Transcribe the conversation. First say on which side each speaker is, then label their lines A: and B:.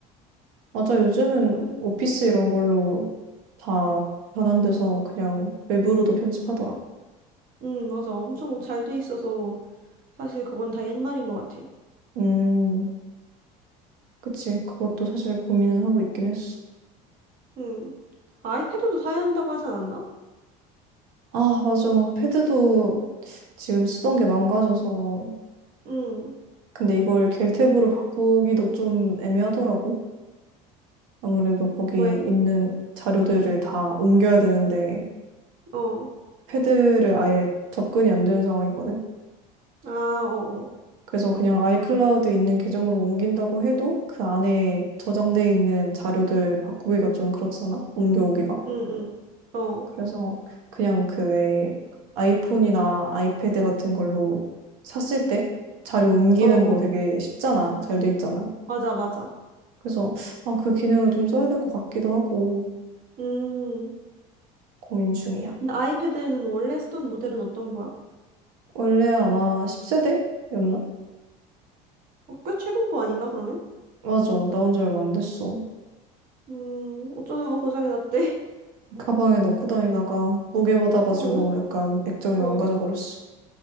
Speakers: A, on the right; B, on the right.
A: 맞아. 요즘은 오피스 이런 걸로 다 변환돼서 그냥 웹으로도 편집하더라.
B: 응, 맞아. 엄청 잘 돼 있어서 사실 그건 다 옛말인 것 같아.
A: 음. 그치. 그것도 사실 고민은 하고 있긴 했어.
B: 응. 아이패드도 사야 한다고 하지 않았나?
A: 아, 맞아. 패드도 지금 쓰던 게 망가져서.
B: 응.
A: 근데 이걸 겔탭으로 바꾸기도 좀 애매하더라고. 아무래도 거기
B: 왜?
A: 있는 자료들을 다 옮겨야 되는데,
B: 어.
A: 패드를 아예 접근이 안 되는 상황이거든.
B: 아, 어, 어.
A: 그래서 그냥 아이클라우드 있는 계정으로 옮긴다고 해도 그 안에 저장돼 있는 자료들 바꾸기가 좀 그렇잖아. 옮겨오기가.
B: 응, 응. 어,
A: 그래서 그냥 그 왜 아이폰이나 아이패드 같은 걸로 샀을 때 자료 옮기는
B: 어, 어.
A: 거 되게 쉽잖아. 잘 돼 있잖아.
B: 맞아, 맞아.
A: 그래서 아, 그 기능을 좀 써야 될 것 같기도 하고
B: 음.
A: 고민 중이야.
B: 근데 아이패드는 원래 쓰던 모델은 어떤 거야?
A: 원래 아마 10세대였나?
B: 어, 꽤 최근 거 아닌가, 그러면?
A: 맞아. 나온 지 얼마 안 됐어.
B: 음, 어쩌다가 고장이 났대.
A: 가방에 넣고 다니다가 무게 받아가지고
B: <laughs> 어,
A: 약간 액정이
B: 어.
A: 망가져 버렸어.